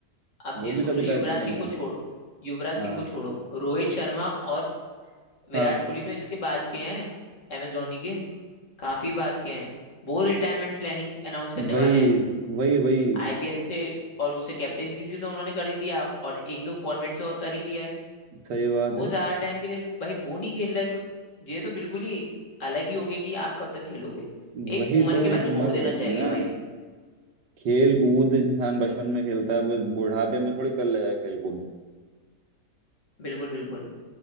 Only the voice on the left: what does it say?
अब
ये
सोचो
युवराज
सिंह
को छोड़ो युवराज
सिंह को छोड़ो रोहित शर्मा और विराट
कोहली तो इसके बाद के हैं एम एस धोनी के काफी बाद के हैं वो रिटायरमेंट प्लानिंग अनाउंस करने
वाले हैं
आईपीएल से और उससे कैप्टेंसी से तो उन्होंने कर ही दिया और एक दो फॉर्मेट से और कर ही दिया है
वो
ज्यादा टाइम के लिए भाई वो नहीं खेल रहा है तो ये तो बिल्कुल ही अलग ही हो गया कि आप कब तक खेलोगे
एक उम्र
के
बाद छोड़
देना
चाहिए
भाई
बिल्कुल बिल्कुल